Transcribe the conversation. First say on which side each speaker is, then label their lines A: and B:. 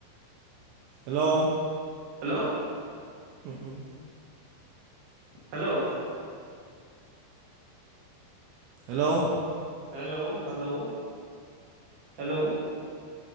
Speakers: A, on the right (about 80°); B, on the right (about 60°).
A: हेल'
B: हेलौ
A: हु हु
B: hello
A: hello
B: hello hello hello